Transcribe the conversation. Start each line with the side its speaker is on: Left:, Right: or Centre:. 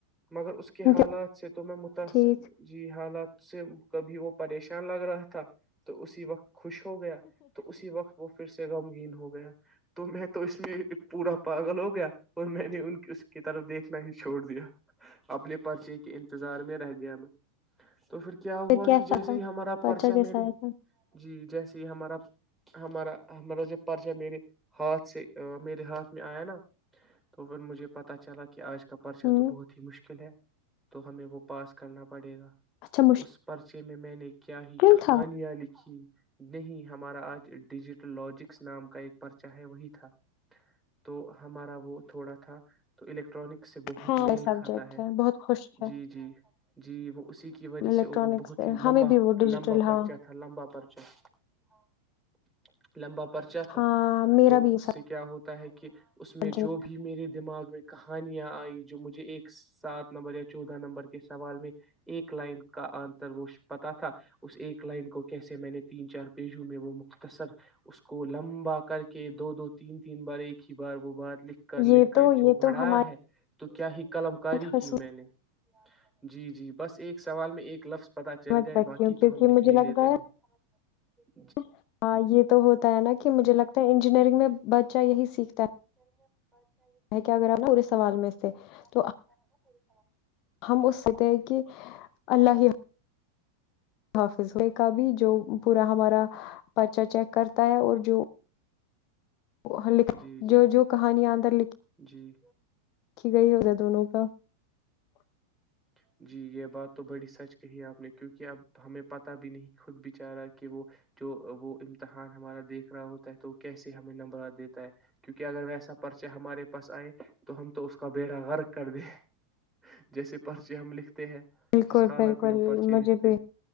Centre: مگر اس کے
Left: جو-
Centre: حالات سے تو میں متاثر
Left: ٹھیک
Centre: ہ جی حالات سے کبھی وہ پریشان لگ رہا تھا <unintelligible> <unintelligible> <unintelligible> <unintelligible>
Left: پھر کیسا تھا پرچا کیسا آیا تھا
Centre: <unintelligible>
Left: ہوں
Centre: <unintelligible>
Left: اچھا مشکل
Centre: <unintelligible>
Left: تھا
Centre: <unintelligible> <unintelligible> <unintelligible>
Left: ہاں سبجیکٹ
Centre: <unintelligible>
Left: ہے بہت خوش ہے
Centre: <unintelligible>
Left: الیکٹرانکس ہمیں بھی وہ ڈیجیٹل ہاں
Centre: <unintelligible> <unintelligible>
Left: ہاں میرا بھی یہ
Centre: <unintelligible>
Left: سبجیکٹ
Centre: <unintelligible> <unintelligible> <unintelligible>
Left: یہ تو یہ تو ہماری
Centre: <unintelligible>
Left: خصوص
Centre: <unintelligible> <unintelligible>
Left: <unintelligible>
Centre: جائے باقی تو ہم لکھ <unintelligible>
Left: <unintelligible> <unintelligible>
Centre: <unintelligible>
Left: ہے کہ اگر آپ نا پورے سوال میں سے تو <unintelligible> <unintelligible> <unintelligible>
Centre: جی جی جی
Left: <unintelligible>
Centre: <unintelligible> <unintelligible>
Left: بالکل
Centre: حالت
Left: بالکل
Centre: میں ہم پرچے
Left: مجھے
Centre: لکھتے
Left: بھی